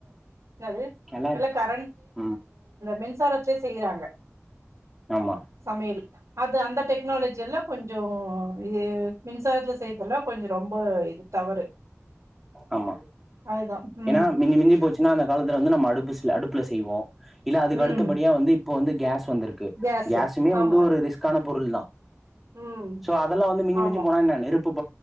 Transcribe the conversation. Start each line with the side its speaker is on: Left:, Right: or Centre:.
Right: <unintelligible> இப்ப
Centre: நல்லா இருக்கு ம்
Right: மின்சாரத்திலே செய்யறாங்க
Centre: ஆமா
Right: சமையல் அது அந்த டெக்னாலஜி எல்லாம் கொஞ்சம் இது மின் விவசாயத்துல செய்தெல்லாம் கொஞ்சம் ரொம்ப இது தவறு
Centre: ஆமா
Right: அதுதா ம்
Centre: ஏன்னா மிஞ்சி மிஞ்சி போச்சுன அந்த காலத்தில வந்து நம்ப அடுப்பு அடுப்பில செய்வோம் இல்ல அதுக்கு
Right: ம்
Centre: அடுத்தபடியா வந்து இப்ப வந்து கேஸ் வந்திருக்கு
Right: கேஸு
Centre: கேஸ்சுமே
Right: ஆமா
Centre: வந்து ஒரு ரிஸ்கான பொருள் தான்
Right: ம்
Centre: சோ அதெல்லாம் வந்து மிஞ்சு
Right: ஆமா
Centre: மஞ்சு போனான இன்ன நெருப் <unintelligible>